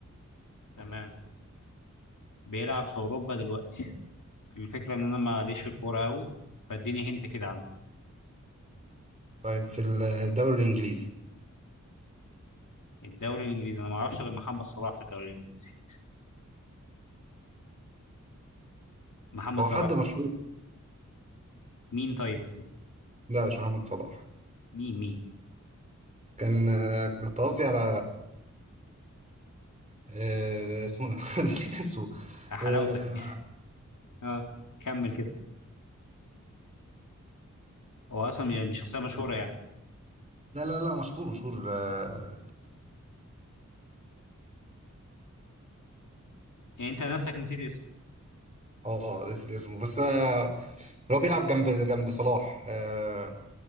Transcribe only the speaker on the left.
تمام بيلعب في أوروبا دلوقتي الفكرة إن أنا ماليش في الكورة أوي فاديني هنت كده عنه
الدوري الإنجليزي أنا معرفش غير محمد صلاح في الدوري الإنجليزي محمد
صلاح
مين طيب؟
مين مين؟
آه، حلاوتك
<laughs> اه كمل كده هو أصلا يعني مش شخصية مشهورة يعني
يعني أنت نفسك نسيت اسمه